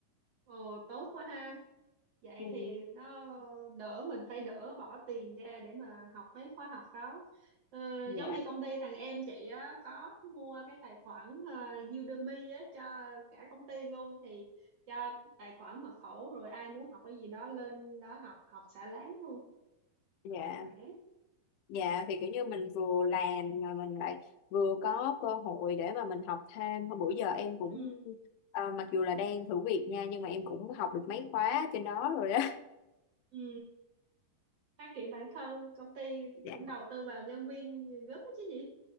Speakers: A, on the right; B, on the left.
A: ồ tốt quá ha vậy
B: Ừm,
A: thì nó đỡ mình phải đỡ bỏ tiền ra để mà học mấy khóa học đó ờ,
B: dạ,
A: giống như công ty thằng em chị á, có mua cái tài khoản ờ, Udemy á, cho cả công ty luôn thì cho tài khoản mật khẩu rồi ai muốn học cái gì đó lên đó học học xả láng luôn
B: dạ
A: khỏe
B: Dạ thì kiểu như mình vừa làm mà mình lại vừa có cơ hội để mà mình học thêm. Hôm bữa giờ em cũng
A: ừ
B: ờ, mặc dù là đang thử việc nha nhưng mà em cũng học được mấy khóa trên đó rồi đó.
A: ừ ừ, phát triển bản thân công ty
B: <laughs>
A: cũng đầu
B: Dạ.
A: tư vào nhân viên gớm đó chứ gì